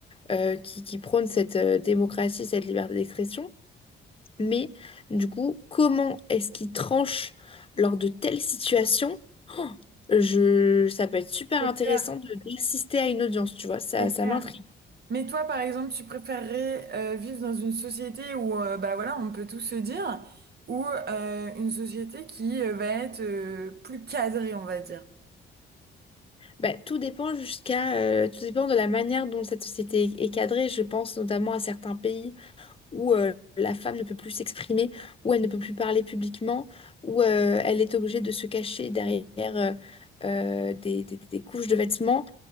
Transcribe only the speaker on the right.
C'est
clair,
c'est
clair.
Mais toi, par exemple, tu préférerais euh, vivre dans une société où, euh, bah voilà, on peut tout se dire, ou euh, une société qui euh, va être euh, plus cadrée, on va dire.